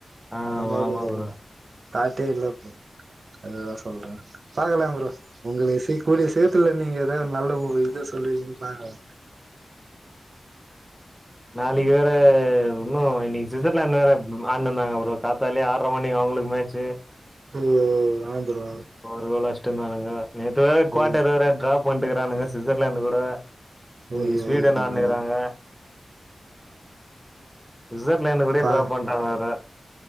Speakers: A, in the centre; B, on the right.
A: ஆ
B: அந்தமாரி
A: ஆமா ப்ரோ
B: காத்தே இல்ல ப்ரோ அதுதா சொல்ற பாக்கலா ப்ரோ உங்களுக்கு சீக் கூடிய சீத்துல நீங்க எதாது நல்ல ஒரு இத சொல்லுவிங்கனு பாக்களா
A: நாளைக்கு வேற இன்னு இன்னைக்கு சுவிட்சர்லாண்ட் வேற ஆன்ட்னுயிந்தாங்க ப்ரோ காத்தாலே ஆ ட்ற மணிக்கு அவுங்களுக்கு மேச்சு
B: ஓ ஓ அ ப்ரோ
A: ஒரு கோலு அஷ்ட்யிந்தானுங்கோ நேத்து வேற ஃகுவாட்டர்
B: ஓ
A: வேற ட்ராப் பண்டுக்கிறானுங்க சுவிட்சர்லர்ந்து கூட இன்னைக்கு
B: ஓகே
A: ஸ்வீடன்
B: ஓகே
A: ஆட்னுகிறாங்க
B: ப்ரோ
A: சுசர்லேந்து கூடே
B: பா
A: ட்ராஃப் பண்ட்டாங்க வேற